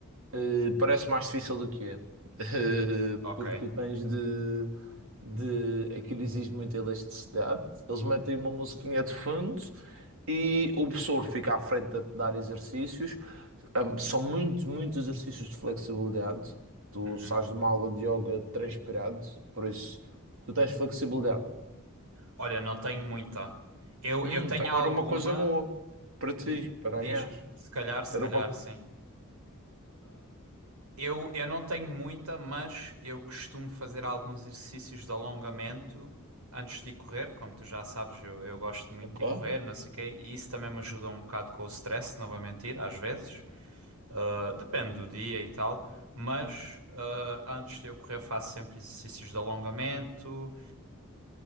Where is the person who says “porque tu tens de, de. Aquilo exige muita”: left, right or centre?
Right